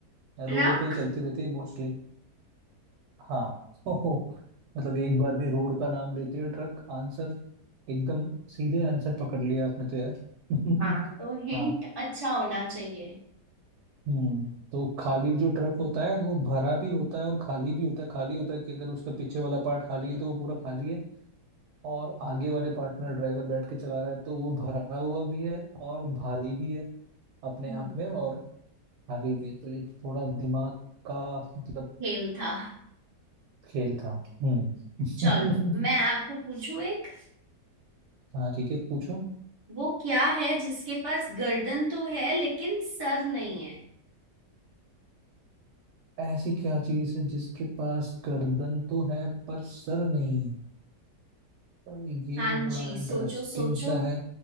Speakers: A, on the right; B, on the right.
A: ट्रक
B: रोडों पे ही चलती रहती है मोस्टली हाँ <laughs> ओहो, मतलब एक बार में रोड का नाम लेते है ट्रक आंसर एकदम सीधे आंसर पकड़ लिया आपने तो यार <laughs>
A: हाँ तो हिंट
B: हाँ
A: अच्छा होना चाहिए
B: हम्म तो खाली जो ट्रक होता है वो भरा भी होता है और खाली भी होता है खाली होता है कि अगर उसका पीछे वाला पार्ट खाली है तो वो पूरा खाली है और आगे वाले पार्ट में ड्राइवर बैठ के चला रहा है तो वो भरा हुआ भी है और भारी भी है अपने
A: हम्म,
B: आप में और खाली भी तो ये थोड़ा दिमाग का मतलब
A: खेल था
B: खेल था हम्म <laughs>
A: चलो मैं आपको पूछूं एक
B: हाँ ठीक है पूछो
A: वो क्या है जिसके पास गर्दन तो है लेकिन सर नहीं है
B: ऐसी क्या चीज है जिसके पास गर्दन तो है पर सर नहीं तो ये
A: हाँ
B: बड़ा
A: जी
B: इंटरेस्टिंग
A: सोचो सोचो
B: सा है